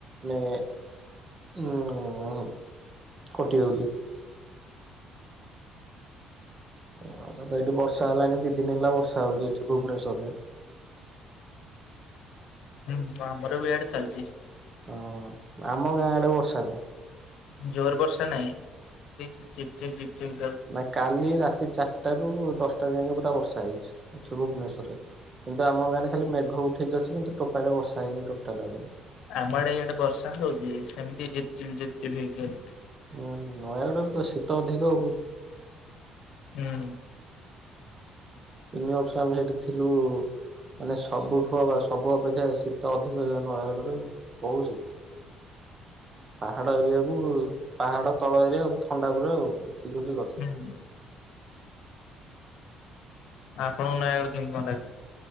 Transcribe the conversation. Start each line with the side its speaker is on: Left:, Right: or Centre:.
Right: ମାନେ ଉ ଖଟି ଯାଉଛି। ହ ତ ଏଠି ବର୍ଷା ହେଲାଣି ଦି ଦିନି ହେଲା ବର୍ଷା ହଉଛି ଏଠି ଭୁବନେଶ୍ୱର ରେ।
Left: ହୁଁ ଆମର ବି ଏଆଡେ ଚାଲିଛି।
Right: ହଁ ଆମ ଗାଁ ଆଡେ ବର୍ଷା ନାହିଁ।
Left: ଜୋର ବର୍ଷା ନାହିଁ ଝିପ୍-ଝିପ୍-ଝିପ-ଝିପ୍ ଯା
Right: ନା କାଲି ରାତି ଚାଟା ରୁ ଦଶଟା ଯାଏକ ପୁରା ବର୍ଷା ହେଇଛି ଏଠି ଭୁବନେଶ୍ୱର ରେ। କିନ୍ତୁ ଆମ ଗଁରେ ଖାଲି ମେଘ ଉଠିକ ଅଛି କିନ୍ତୁ ଟୋପଡେ ବର୍ଷା ହେନି ଟୋଟାଲ ଆଜି।
Left: ଆମଡେ ଏଇଆଡେ ବର୍ଷା ହେଉଛି ସେମିତି ଜିପ-ଜିପ-ଜିପ-ଜିପ ବି ହେଇକି
Right: ହୁଁ ନୟାଗଡ଼ରେ ତ ଶୀତ ଅଧିକ ହଉ।
Left: ହୁଁ
Right: ତିନି ବର୍ଷ ଆମେ ସେଇଠି ଥିଲୁ ମାନେ ସବୁଠୁ ବା ସବୁ ଅପେକ୍ଷା ଶୀତ ଅଧିକ ଦିନ ନୟାଗଡରେ ବହୁତଶୀତ।
Left: <inaudible>
Right: ପାହାଡ ଏରିଆକୁ ପାହାଡ ତଳ ଏରିଆ ଥଣ୍ଡା ପୁର ଆଉ ଏତିିକିଉଛି କ
Left: <unintelligible> ଆପଣଙ୍କ ନୟାଗଡ଼ କେମିତି ଥଣ୍ଡା ଅଛି?